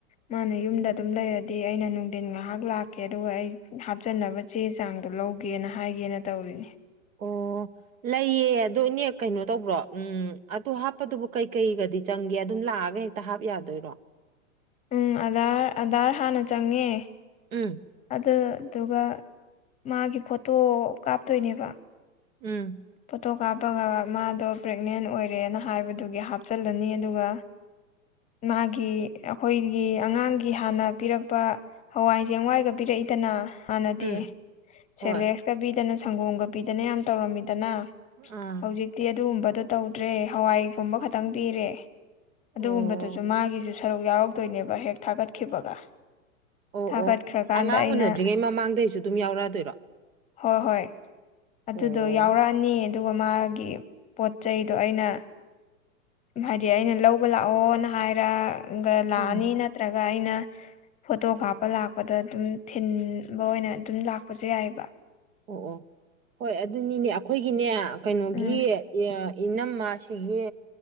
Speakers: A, on the left (about 15°); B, on the right (about 75°).
A: ꯃꯥꯅ ꯌꯨꯝꯗ ꯑꯗꯨꯝ ꯂꯩꯔꯗꯤ ꯑꯩꯅ ꯅꯨꯡꯊꯤꯟ ꯉꯥꯏꯍꯥꯛ ꯂꯥꯛꯀꯦ ꯑꯗꯨꯒ ꯑꯩ ꯍꯥꯞꯆꯟꯅꯕ ꯆꯦ ꯆꯥꯡꯗꯣ ꯂꯧꯒꯦꯅ ꯍꯥꯏꯒꯦꯅ ꯇꯧꯔꯤꯅꯦ
B: ꯑꯣ ꯂꯩꯌꯦ ꯑꯗꯣ ꯏꯅꯦ ꯀꯩꯅꯣ ꯇꯧꯕ꯭ꯔꯣ ꯎꯝ ꯑꯗꯨ ꯍꯥꯞꯄꯗꯨꯕꯨ ꯀꯩꯀꯩꯒꯗꯤ ꯆꯪꯒꯦ ꯑꯗꯨꯝ ꯂꯥꯛꯑꯒ ꯇꯥ ꯍꯥꯞ ꯌꯥꯗꯣꯏꯔꯣ
A: ꯎꯝ ꯑꯙꯔ ꯑꯙꯥꯔ ꯍꯥꯟꯅ ꯆꯪꯉꯦ
B: ꯎꯝ
A: ꯑꯗꯨꯗꯨꯒ ꯃꯥꯒꯤ ꯐꯣꯇꯣ ꯀꯥꯞꯇꯣꯏꯅꯦꯕ
B: ꯎꯝ
A: ꯐꯣꯇꯣ ꯀꯥꯞꯄꯒ ꯃꯥꯗꯣ ꯄ꯭ꯔꯦꯒꯅꯦꯟ ꯑꯣꯏꯔꯦꯅ ꯍꯥꯏꯕꯗꯨꯒꯤ ꯍꯥꯞꯆꯤꯜꯂꯅꯤ ꯑꯗꯨꯒ ꯃꯥꯒꯤ ꯑꯩꯈꯣꯏꯒꯤ ꯑꯉꯥꯡꯒꯤ ꯍꯥꯟꯅ ꯄꯤꯔꯛꯄ ꯍꯋꯥꯏ ꯆꯦꯡꯋꯥꯏꯒ ꯄꯤꯔꯛꯏꯗꯅ ꯍꯥꯟꯅꯗꯤ
B: ꯎꯝ ꯍꯣꯏ
A: ꯁꯦꯂꯦꯛꯁꯀꯥ ꯄꯤꯗꯅ ꯁꯪꯒꯣꯝꯒ ꯄꯤꯗꯅ ꯌꯥꯝ ꯇꯧꯔꯝꯃꯤꯗꯅ
B: ꯑꯥ
A: ꯍꯧꯖꯤꯛꯇꯤ ꯑꯗꯨꯒꯨꯝꯕꯗꯣ ꯇꯧꯗ꯭ꯔꯦ ꯍꯋꯥꯏꯒꯨꯝꯕ ꯈꯇꯪ ꯄꯤꯔꯦ
B: ꯑꯣ
A: ꯑꯗꯨꯒꯨꯝꯕꯗꯨꯖꯨ ꯃꯥꯒꯤꯖꯨ ꯁꯔꯨꯛ ꯌꯥꯎꯔꯛꯇꯣꯏꯅꯦꯕ ꯍꯦꯛ ꯊꯥꯒꯠꯈꯤꯕꯒ
B: ꯑꯣ
A: ꯊꯥꯒꯠꯈ꯭ꯔꯀꯥꯟꯗ
B: ꯑꯣ ꯑꯉꯥꯡ
A: ꯑꯩꯅ
B: ꯎꯅꯗ꯭ꯔꯤꯉꯩ ꯃꯃꯥꯡꯗꯩꯖꯨ ꯑꯗꯨꯝ ꯌꯥꯎꯔꯛꯑꯗꯣꯏꯔꯣ
A: ꯍꯣꯏ ꯍꯣꯏ ꯑꯗꯨꯗꯣ
B: ꯑꯣ
A: ꯌꯥꯎ ꯃꯥꯅꯤ ꯑꯗꯨꯒ ꯃꯥꯒꯤ ꯄꯣꯠ ꯆꯩꯗꯣ ꯑꯩꯅ ꯍꯥꯏꯗꯤ ꯑꯩꯅ ꯂꯧꯕ ꯂꯥꯛꯑꯣꯅ ꯍꯥꯏꯔꯒ ꯂꯥꯛꯑꯅꯤ
B: ꯎꯝ
A: ꯅꯠꯇ꯭ꯔꯒ ꯑꯩꯅ ꯐꯣꯇꯣ ꯀꯥꯞꯄ ꯂꯥꯛꯄꯗ ꯑꯗꯨꯝ ꯊꯤꯟꯕ ꯑꯣꯏꯅ ꯑꯗꯨꯝ ꯂꯥꯛꯄꯖꯨ ꯌꯥꯏꯑꯕ
B: ꯑꯣ ꯑꯣ ꯍꯣꯏ ꯑꯗꯨꯅꯤꯅꯦ ꯑꯩꯈꯣꯏꯒꯤꯅꯦ ꯀꯩꯅꯣꯒꯤ
A: ꯎꯝ
B: ꯏꯅꯝꯃꯁꯤꯒꯤ